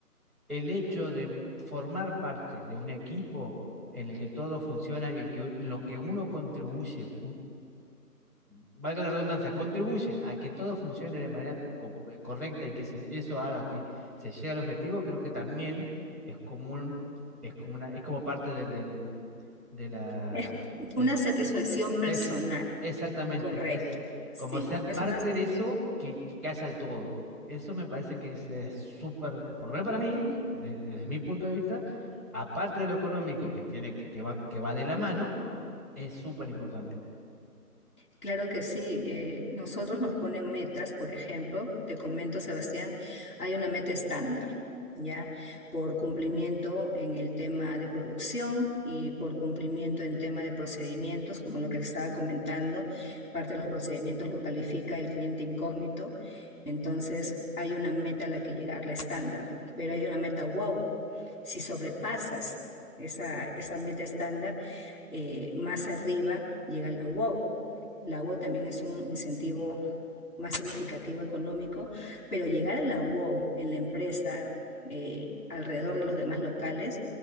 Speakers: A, in the centre; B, on the left (about 65°).
A: el hecho de formar parte de un equipo en el que todo funciona y el que, u- lo que uno contribuye fu- valga la redundancia, contribuye a que todo funcione de manera co- eh, correcta y que se- eso haga que se llegue al objetivo, creo que también es como un- es como una, es como parte del, del- de la,
B: Es
A: del,
B: una satisfacción personal,
A: eso, exactamente,
B: correcto.
A: es
B: Sí,
A: como ser
B: es
A: parte
B: una
A: de eso que, que, que hace al todo. Eso me parece que es eh, súper, por lo menos para mí, de- desde mi punto de vista, aparte de lo económico que tiene, que, que va, que va de la mano, es súper importante.
B: Claro que sí. eh, nosotros nos ponen metas, por ejemplo, te comento, Sebastián, hay una meta estándar, ¿ya? Por cumplimiento en el tema de producción y por cumplimiento en tema de procedimientos, como lo que te estaba comentando, parte de los procedimientos lo califica el cliente incógnito. Entonces, hay una meta a la que llegar, la estándar, pero hay una meta wow. Si sobrepasas esa, esa meta estándar, eh, más arriba llega la wow. La UO también es un incentivo más significativo económico, pero llegar a la UO en la empresa eh, alrededor de los demás locales